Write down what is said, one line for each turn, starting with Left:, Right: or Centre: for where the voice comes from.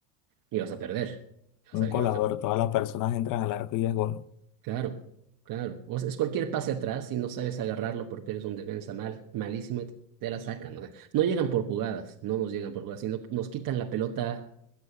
Right: y, y vas a perder.
Left: <laughs>
Right: O
Left: un
Right: sea, y
Left: colador,
Right: vas a-
Left: todas las personas entran al arco y es gol.
Right: claro, claro. O sea, es cualquier pase atrás y no sabes agarrarlo porque eres un defensa mal, malísimo y te la sacan. O sea, no llegan por jugadas, no nos llegan por jugadas, sino nos quitan la pelota,